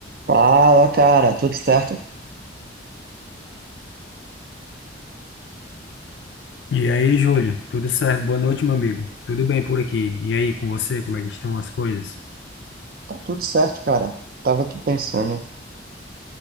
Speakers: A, on the right; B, on the left.
A: Fala, cara, tudo certo?
B: E aí, Júlio, tudo certo? Boa noite, meu amigo. Tudo bem por aqui? E aí, com você, como é que estão as coisas?
A: Tá tudo certo, cara. Tava aqui pensando,